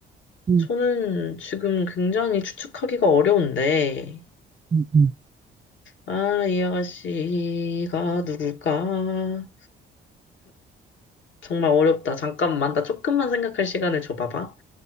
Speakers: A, on the right; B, on the left.
A: 음,
B: 저는 지금 굉장히 추측하기가 어려운데,
A: 음, 음.
B: 아, 이 아가씨가 누굴까? 정말 어렵다. 잠깐만, 나 조금만 생각할 시간을 줘봐봐.